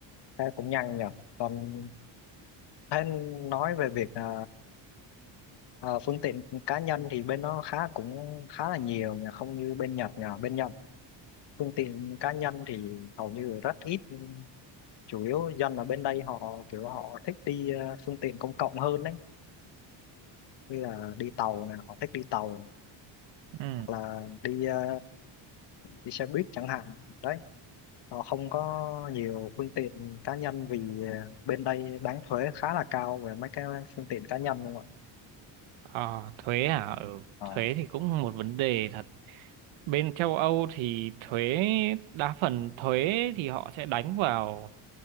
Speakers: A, on the left; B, on the right.
A: thế cũng nhanh nhỉ còn thế nói về việc à, Ờ, phương tiện cá nhân thì bên nó khá cũng khá là nhiều nhờ không như bên Nhật nhờ bên Nhật phương tiện cá nhân thì hầu như rất ít chủ yếu dân ở bên đây họ kiểu họ thích đi ờ, phương tiện công cộng hơn đấy như là đi tàu này họ thích đi tàu
B: Ừ.
A: hoặc là đi ờ, đi xe buýt chẳng hạn đấy họ không có nhiều phương tiện cá nhân vì ờ, bên đây đánh thuế khá là cao về mấy cái phương tiện cá nhân luôn ạ
B: Ờ, thuế hả ừ.
A: Ờ,
B: thuế thì cũng một vấn đề thật bên châu Âu thì thuế đa phần thuế thì họ sẽ đánh vào